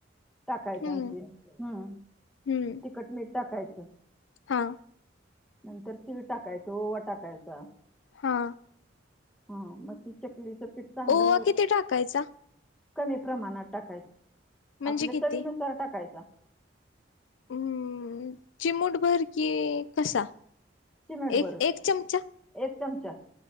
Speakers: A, in the centre; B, on the left.
A: टाकायचं
B: हम्म
A: आणखी हम्म,
B: हम्म
A: तखट मीठ टाकायचं.
B: हा.
A: नंतर तीळ टाकायचं ओवा टाकायचा.
B: हा.
A: हा मग ती चकली चकलीत चांगलं
B: ओवा किती टाकायचा
A: कमी प्रमाणात टाकायच,
B: म्हणजे
A: आपल्या
B: किती
A: चवीनुसार टाकायचा.
B: हम् चिमुूटभर कि कसा?
A: चिमेट
B: एक
A: भर,
B: एक चमचा
A: एक चमचा.